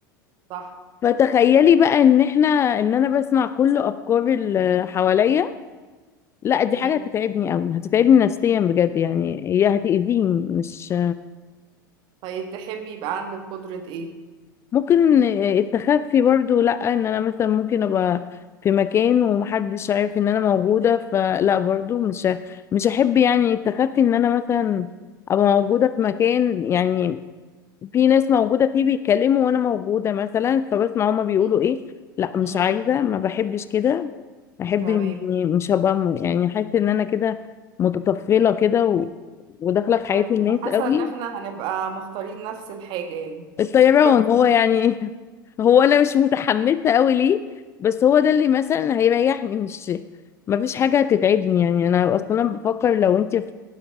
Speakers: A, on the right; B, on the left.
A: صح
B: فتخيلي بقى ان احنا ان انا بسمع كل افكار اللي حواليا لا دي
A: مم.
B: حاجة هتتعبني قوي هتتعبني نفسيا بجد يعني هي هتأذيني مش
A: طيب تحبي يبقى عندك قدرة ايه
B: ممكن التخفي برضو لا ان انا مثلا ممكن ابقى في مكان ومحدش عارف ان انا موجودة فلا برضو مش ه- مش هحب يعني التخفي ان انا مثلا ابقى موجودة في مكان يعني في ناس موجودة فيه بيتكلموا وانا موجودة مثلا فبسمع هما بيقولوا
A: مم.
B: ايه لا مش
A: مم.
B: عايزة ما بحبش كده بحب
A: تمام
B: اني مش هبقى م- يعني حاسة ان انا كده متطفلة كده و... وداخلة في حياة
A: تمام
B: الناس
A: انا حاسة
B: قوي
A: ان احنا هنبقى مختارين نفس الحاجة يعني
B: الطيران
A: <laughs> بس
B: هو يعني <laughs> هو انا مش متحمسه قوي ليه بس هو ده اللي مثلا هيريحني مش ما فيش حاجه هتتعبني يعني انا اصلا بفكر لو انت